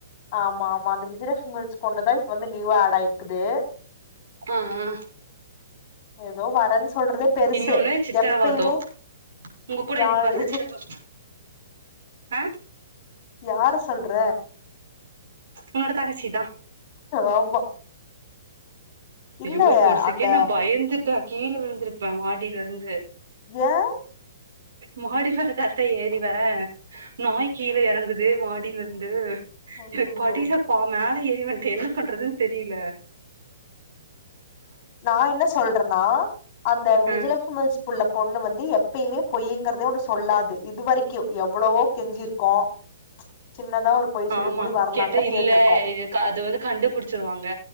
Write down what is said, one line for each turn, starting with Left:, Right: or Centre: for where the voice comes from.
Left: ஆமா ஆமா அந்த விஜயலஷ்மல் ஸ்கூல்லதா இப்ப வந்து நியூவா ஆட் ஆய்ர்க்குது
Right: ஆ ஆ
Left: எதோ வரன் சொல்றதே பெருசு
Right: இன்னொன்னு சித்திரவதோ
Left: எப்பய்மே
Right: உங்க கூட
Left: யாரு
Right: இன்னொன்னு வருது சித்திரவ ஆ
Left: யார சொல்ற
Right: உன்னோட தங்கச்சிதா
Left: ஆமா இல்ல
Right: ஐயோ இப்ப ஒருசெக்கேன்
Left: அந்த
Right: நா பயந்துட்டே கீழ விழுந்திருப்ப மாடில இருந்து
Left: ஏன்
Right: மாடி ஃபேட்டாத்தா ஏறி வர நாய் கீழ எறங்குது மாடிலருந்து
Left: ஐயையோ
Right: எனக் படில பா மேல ஏறி வண்ட்டே என்ன பண்றதுன் தெரில
Left: நா என்ன சொல்றனா அந்த விஜலஷுமல்ஸ்
Right: ஆ
Left: உள்ள பொண்ணு வந்து எப்பயுமே பொய்யுங்கற்தே ஒன்னு சொல்லாது இதுவரைக்கு எவ்ளவோ கெஞ்சிருக்கோ சின்னதா ஒரு பொய் சொல்லிட்டு
Right: ஆமா
Left: கூடி வரலான்லா
Right: கேட்டா இல்ல
Left: கேட்டிருக்கோ
Right: இதுக்கு அது வந்து கண்டுபுடிச்சிருவாங்க